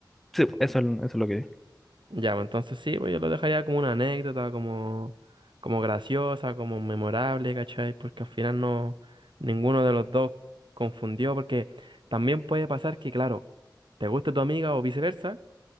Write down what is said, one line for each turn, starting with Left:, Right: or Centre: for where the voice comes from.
Centre: Sí, pues, eso, es- eso es lo que...
Right: Ya, pues, entonces sí, pues yo lo dejaría como una anécdota, como, como graciosa, como memorable, ¿cachai? Porque al final no, ninguno de los dos confundió, porque también puede pasar que, claro, te guste tu amiga o viceversa,